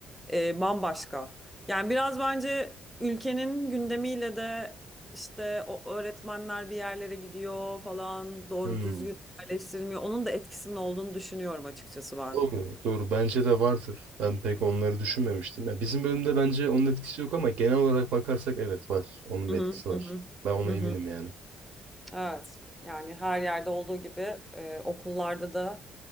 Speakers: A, in the centre; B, on the right.
A: e, bambaşka. Yani biraz bence ülkenin gündemiyle de işte o öğretmenler bir yerlere gidiyor falan doğru
B: Hmm.
A: düzgün yerleştirmiyor. Onun da etkisinin olduğunu düşünüyorum açıkçası ben.
B: Doğru, doğru. Bence de vardır. Ben pek onları düşünmemiştim. Ya bizim bölümde bence onun etkisi yok ama genel olarak bakarsak evet var. Onun
A: Hı
B: bir
A: hı
B: etkisi var.
A: hı hı.
B: Ben ona
A: Hı hı.
B: eminim yani.
A: Evet. Yani her yerde olduğu gibi e, okullarda da.